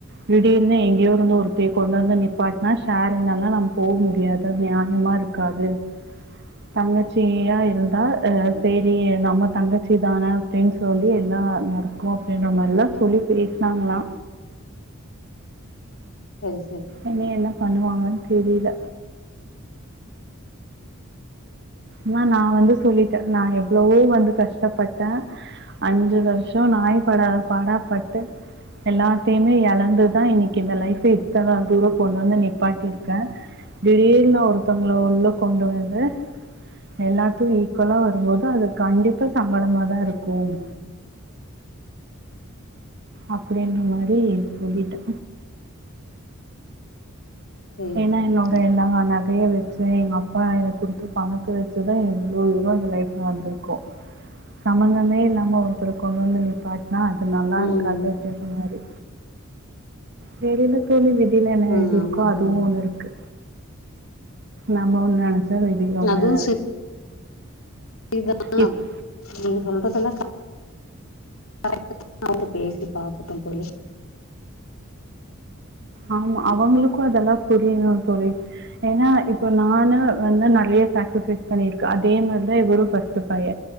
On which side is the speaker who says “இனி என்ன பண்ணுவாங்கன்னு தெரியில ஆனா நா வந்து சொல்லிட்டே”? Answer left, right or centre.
Right